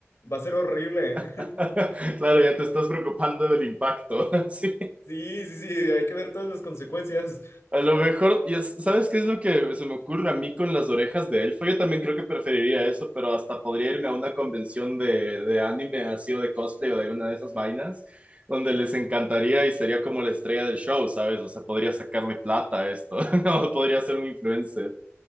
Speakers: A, on the left; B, on the right.
A: va a ser horrible.
B: <laughs>
A: <laughs>
B: Claro, ya te estás preocupando del impacto. <laughs> Sí.
A: Sí, sí, sí, hay que ver todas las consecuencias.
B: A lo mejor, y es- ¿sabes qué es lo que se me ocurre a mí con las orejas de elfo? Yo también creo que preferiría eso, pero hasta podría irme a una convención de, de anime así o de cosplay o de alguna de esas vainas, donde les encantaría y sería como la estrella del show, ¿sabes? O sea, podría sacarle plata a esto, <laughs> o podría ser un influencer.